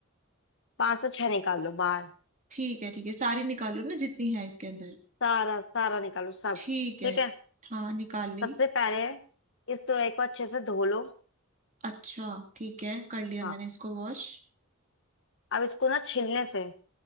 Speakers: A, on the left; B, on the right.
A: पांच से छह निकाल लो बाहर
B: ठीक है ठीक है सारी निकालो ना जितनी है इसके अंदर
A: सारा सारा निकालो सब
B: ठीक
A: ठीक
B: है
A: है
B: हाँ निकाल ली
A: सबसे पहले इस तुरई को अच्छे से धो लो
B: अच्छा ठीक है कर लिया
A: हाँ
B: मैंने इसको वॉश
A: अब इसको ना छिलने से